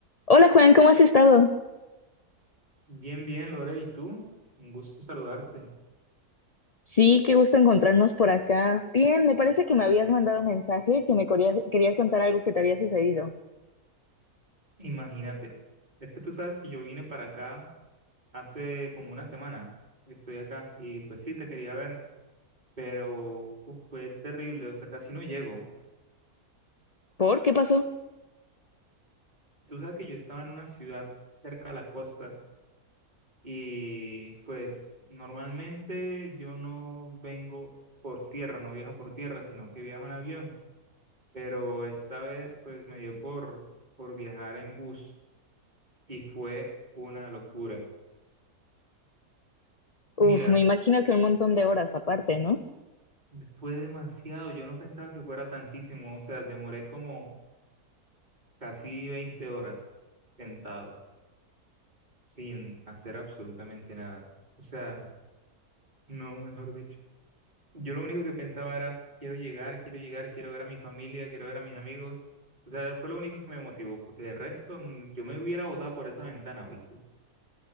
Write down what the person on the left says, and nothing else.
Hola Juan, ¿cómo has estado?
Sí, qué gusto encontrarnos por acá. Bien, me parece que me habías mandado mensaje que me querías, querías contar algo que te había sucedido.
¿Por qué pasó?
Uf, me imagino que un montón de horas aparte, ¿no?